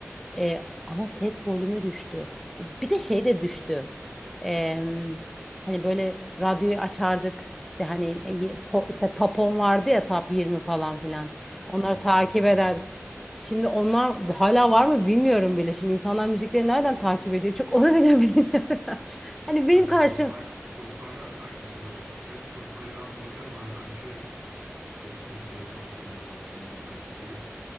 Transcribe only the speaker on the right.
Evet
evet
eskiden
ben
Ya Spotify,
Spotify'dan takip ediyorlar işte. Spotify'ı ben bakıyorum arada açıyorum. İşte Türkiye top 20 top bilmem kaç diye.